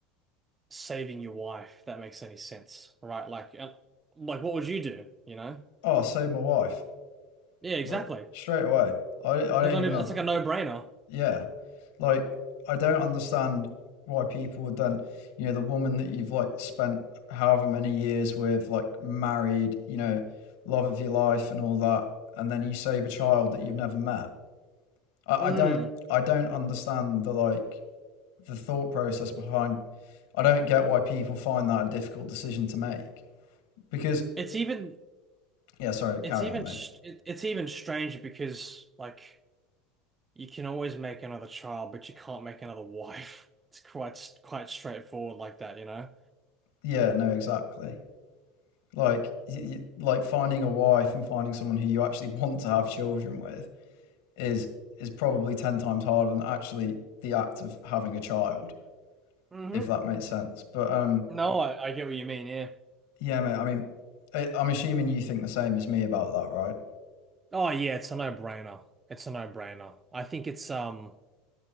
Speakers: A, on the right; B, on the left.
A: saving your wife, if that makes any sense, right? Like, uh, like what would you do? You know?
B: Oh, I saved my wife
A: Yeah, exactly.
B: like straight away. I I don't
A: Like not
B: even
A: even,
B: have.
A: it's like a no-brainer.
B: Yeah, like I don't understand why people would then you know the woman that you've like spent however many years with like married you know love of your life and all that and then you save a child that you've never met I,
A: Mm.
B: I don't i don't understand the like the thought process behind. I don't get why people find that a difficult decision to make because
A: It's even
B: yeah, sorry, carry
A: it's even
B: on, mate.
A: st- it, it's even strange because like. You can always make another child, but you can't make another wife. <laughs> It's quite quite straightforward like that, you know?
B: Yeah, no, exactly. Like y- like finding a wife and finding someone who you actually want to have children with is is probably ten times harder than actually the act of having a child,
A: hmm
B: if that makes sense. But um,
A: No, I, I get what you mean, yeah.
B: yeah, mate. I mean, I, I'm assuming you think the same as me about that, right?
A: Oh yeah, it's a no-brainer. It's a no-brainer. I think it's um